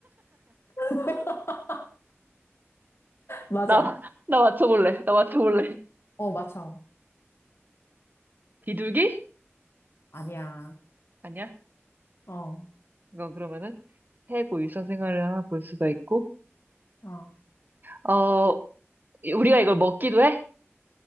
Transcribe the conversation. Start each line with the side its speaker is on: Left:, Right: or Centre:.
Left: <laughs> 맞아.
Right: 나, <laughs> 나 맞춰볼래. 나 맞춰볼래.
Left: 어 맞춰.
Right: 비둘기?
Left: 아니야.
Right: 아니야.
Left: 어,
Right: 이건 그러면은 새고 일상 생활을 하나 볼 수가 있고.
Left: 어,
Right: 어, 이- 우리가 이걸 먹기도 해?